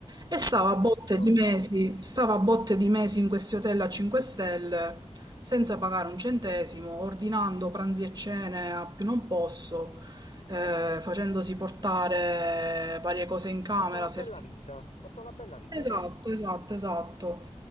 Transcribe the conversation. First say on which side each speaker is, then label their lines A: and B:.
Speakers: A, on the right; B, on the left.
A: E
B: Ri-
A: stava
B: Pinocchio.
A: a botte di mesi, stava a botte di mesi in questi hotel a 5 stelle, senza pagare un centesimo, ordinando pranzi e cene a più non posso, eh, facendosi portare varie cose in camera,
B: Fatto la bella
A: servizi.
B: vita, fatto la bella vita,
A: Esatto,
B: dai.
A: esatto, esatto.